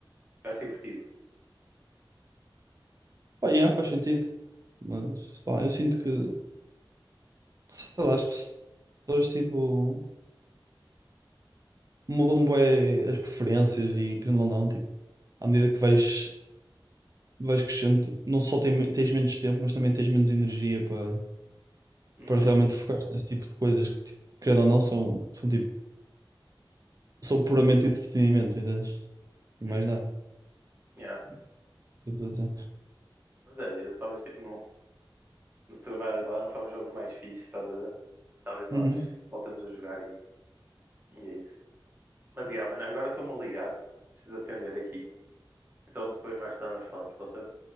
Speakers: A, on the right; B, on the right.
A: eu acho divertido.
B: Pá, yeah, faz sentido, mas, pá, eu sinto que, sei lá, as pessoas, tipo, mudam bué as preferências e, querendo ou não, tipo, à medida que vais, vais crescendo, tu não só tem- tens menos tempo, mas também tens menos energia para
A: Uhum,
B: para realmente focar nesse tipo de coisas que, tipo, querendo ou não, são, são, tipo, são puramente entretenimento, entendes? E
A: uhum,
B: mais nada.
A: yeah.
B: Eu tô a dizer.
A: Mas é, a vida, talvez tipo não, no futuro vai lançar uns jogos mais fixes, estás a ver? Talvez nós
B: Uhum.
A: voltemos a jogar e, e é isso. Mas, yeah, mano, agora estou-me a ligar. Preciso atender aqui. Então depois mais tarde nós falamos, pode ser?